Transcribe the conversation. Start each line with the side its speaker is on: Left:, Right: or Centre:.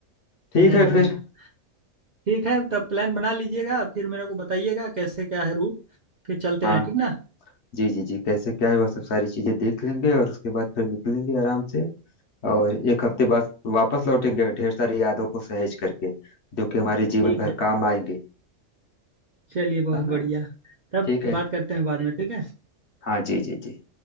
Left: ठीक
Right: हाँ
Left: है
Right: हाँ
Left: फिर
Right: ठीक है तब प्लान बना लीजिएगा फिर मेरे को बताइएगा कैसे क्या है रूट फिर चलते
Left: हाँ
Right: हैं ठीक ना
Left: जी जी जी कैसे क्या है वह सब सारी चीजें देख लेंगे और उसके बाद फिर निकलेंगे आराम से और एक हफ्ते बाद वापस लौटेंगे ढेर सारी यादों को सहेज करके जो कि हमारे जीवन
Right: ठीक
Left: भर
Right: है
Left: काम आएंगे
Right: चलिए बहुत
Left: है ना
Right: बढ़िया तब
Left: ठीक है
Right: बात करते हैं बाद में ठीक है
Left: हाँ जी जी जी